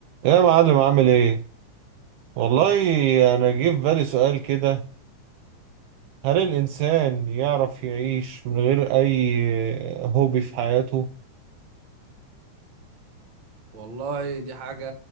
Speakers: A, on the right; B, on the right.
A: يا معلم عامل ايه؟ والله انا جه في بالي سؤال كده هل الانسان يعرف يعيش من غير اي هوبي في حياته؟
B: والله دي حاجة